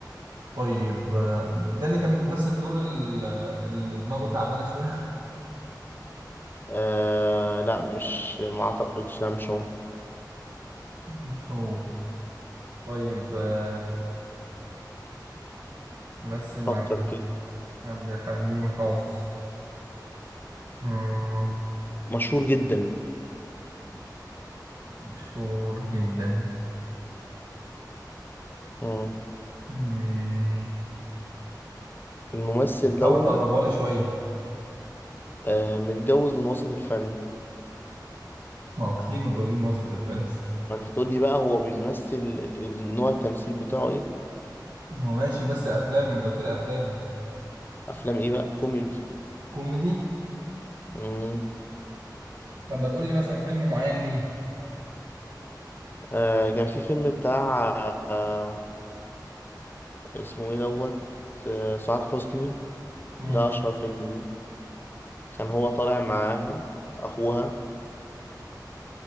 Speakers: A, on the right; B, on the left.
A: طيب آه، ده اللي كان بيمثل دور ال- اللي دماغه تعبانة شوية
B: آه لا مش ما اعتقدش لمشو
A: <laughs> مش هو طيب آه، مثل مع
B: فكر
A: عبد
B: كده
A: عبد الحليم حافظ مم،
B: مشهور جدا
A: مشهور جدا
B: مم.
A: مم،
B: الممثل
A: طب
B: دوت
A: حاول تقربها لي شوية
B: آه متجوز من وسط الفن
A: ما هو كتير متجوزين من وسط الفن <laughs>
B: ما انت تقول لي بقى هو بيمثل نوع التمثيل بتاعه ايه
A: ما هو ماشي مثل أفلام ما أنت قلت لي أفلام
B: افلام ايه بقى كوميدي
A: كوميدي
B: مم.
A: طب ما تقول لي مثلا فيلم معين ليه
B: آه كان في فيلم بتاع آه اسمه ايه دوت آه سعاد حسني
A: مم.
B: ده أشهر فيلم ليه. كان هو طالع معاها أخوها